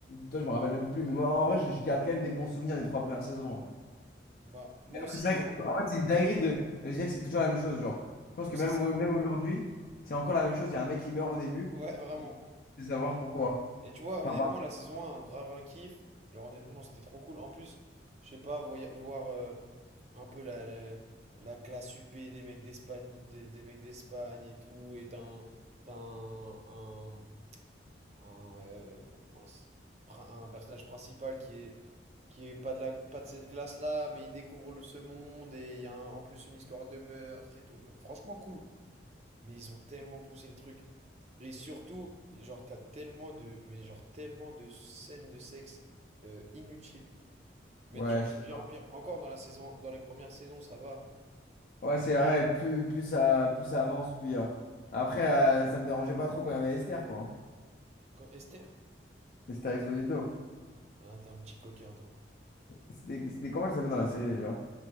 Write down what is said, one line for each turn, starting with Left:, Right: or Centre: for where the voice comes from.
Left: toi, je me rappelle même plus. Mais moi, en vrai, je je garde quand même des bons souvenirs des trois premières saisons.
Right: Bah, moi
Left: Mais après,
Right: aussi,
Left: c'est vrai
Right: hein,
Left: que
Right: en gros.
Left: c'est- en fait, c'est une dinguerie de... de se dire que c'est toujours la même chose. Genre, je pense
Right: Ouais,
Left: que
Right: c'est
Left: même,
Right: ça.
Left: au- même aujourd'hui, c'est encore la même chose. Il y a un mec qui meurt au début
Right: Ouais, vraiment.
Left: et tu veux savoir pourquoi.
Right: Et tu vois, honnêtement,
Left: Enfin, par-
Right: la saison un grave un kiff. Genre, honnêtement, c'était trop cool. En plus, je sais pas, voya- voir euh, un peu la, la, la classe UP des mecs d'Espagne, des, des mecs d'Espagne et tout. Et t'as un, t'as un, un, un, euh, mince, prin- un personnage principal qui est, qui est pas de la, pas de cette classe-là, mais il découvre le, ce monde. Et il y a un- en plus une histoire de meurtre et tout. Franchement, cool. Mais ils ont tellement poussé le truc. Et surtout, genre, t'as tellement de, mais genre, tellement de scènes de sexe euh, inutiles. Mais
Left: Ouais,
Right: de- genre,
Left: je
Right: de
Left: suis
Right: pire
Left: d'accord.
Right: en pire. Encore dans la saison, dans les premières saisons, ça va.
Left: Ouais, c'est vrai. Plus, plus ça, plus ça avance, plus il y a- Après, euh, ça me dérangeait pas trop quand il y avait Esther, quoi. hein.
Right: Quand- Esther?
Left: Esther Exposito.
Right: Ah, t'es un petit coquin, toi.
Left: C'était c'était comment elle s'appelait dans la série déjà?